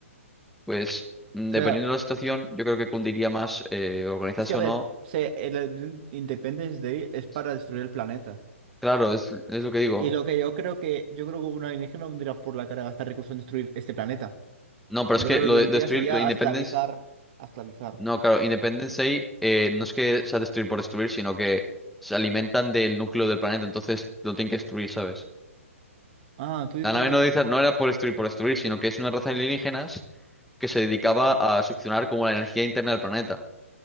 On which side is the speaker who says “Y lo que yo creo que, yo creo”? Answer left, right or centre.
Right